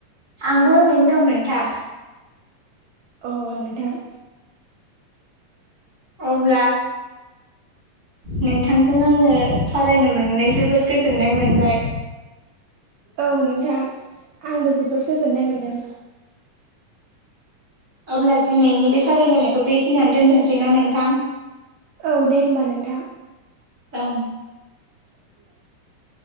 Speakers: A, on the right; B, on the right.
A: आंबो ओरैनो दं नोंथां।
B: अ नोंथां।
A: अब्ला नोंथांजों आङो सावरायनो मोननानै जोबोद गोजोननाय मोनबाय
B: औ नोंथां आंबो जोबोद गोजोननाय मोनदों। <inaudible>
A: अब्ला दिनैनि बे सावायलायनायखौ बेखिनियावनो दोनथनोसैना नोंथां?
B: औ दे होमबा नोंथां। <inaudible>
A: ओं
B: बि <inaudible>